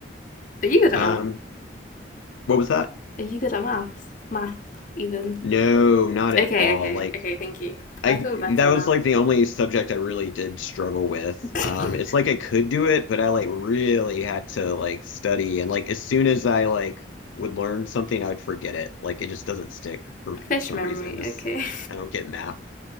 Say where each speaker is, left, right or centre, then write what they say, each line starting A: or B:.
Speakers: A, on the left; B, on the left.
A: But you got
B: Um,
A: a math.
B: what was that?
A: Are you good at maths? Math, even.
B: No, not at
A: Okay,
B: all.
A: okay,
B: Like,
A: okay, thank you.
B: I
A: I feel better
B: that was
A: now.
B: like the only subject I really did struggle with.
A: <laughs>
B: Um, it's like I could do it, but I like really had to like study and like as soon as I like would learn something, I would forget it. Like it just doesn't stick for
A: Fish
B: some
A: memory,
B: reason. Just
A: okay.
B: I don't get math.